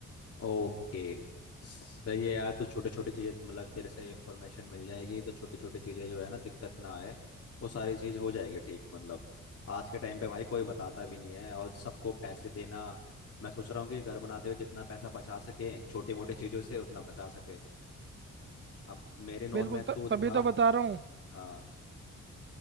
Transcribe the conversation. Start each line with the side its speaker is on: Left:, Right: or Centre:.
Left: ओके सही है यार तो छोटे छोटे चीजें मतलब तेरे से इंफॉर्मेशन मिल जाएगी तो छोटी छोटी चीजें जो है ना दिक्कत ना आए वो सारी चीज हो जाएगी ठीक मतलब आज के टाइम पे भाई कोई बताता भी नहीं है और सबको पैसे देना मैं सोच रहा हूँ कि घर बनाते हुए जितना पैसा बचा सके छोटी मोटी चीजों से उतना बचा सके अब मेरे नोन
Right: बिल्कुल
Left: में
Right: त-
Left: तू था
Right: तभी तो बता रहा हूँ
Left: हाँ